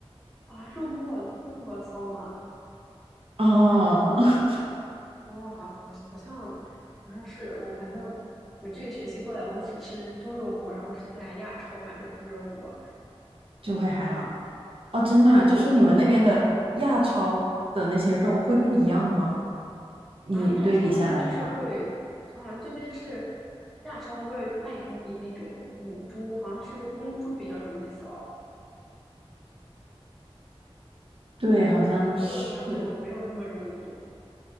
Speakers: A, in the centre; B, on the right.
A: 啊，肉末肉末骚吗？
B: 啊，<laughs>
A: 哦，好好好像好像是我，反正我这个学期过来，我只吃猪肉末，然后是在亚超买的猪肉末，
B: 就会还好。哦，真的啊就是你们那边的亚超的那些肉会不一样吗？
A: 就
B: 你对比下来的话，
A: 好像亚超他们就是会，好像这边是亚超他会卖给你那种母猪，好像是说公猪比较容易骚，
B: 对，
A: 然后母猪的话就没有那么容易。
B: 好像是。